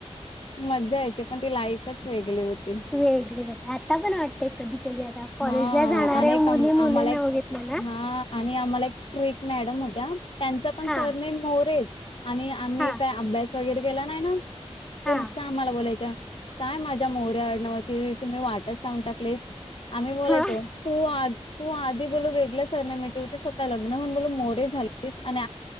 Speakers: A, on the left; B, in the centre.
A: मज्जा यायची पण ती लाईफच वेगळी होती.
B: वेगळे होती आता पण वाटतय कधी कधी आता कॉलेज
A: हा
B: ला जाणारे
A: आणि एक
B: मुली
A: आम्हाला
B: मुले
A: एक
B: ना बघितल ना
A: हा आणि आम्हाला एक स्ट्रेट मॅडम होत्या त्यांचा पण
B: हा
A: सरनेम मोरेच. आणि आम्ही
B: हा
A: काय अभ्यास वगैरे केला नाही ना
B: हा
A: तर नुसत्या आम्हाला बोलायच्या काय माझ्या मोरे आडनावाची तुम्ही वाटच लावून टाकली. आम्ही बोलायचो,
B: हा
A: तू आ तू आधी बोलू वेगळ्या सरनेम्याची होतीस आता लग्न म्हणून बोल मोरे झाल आणि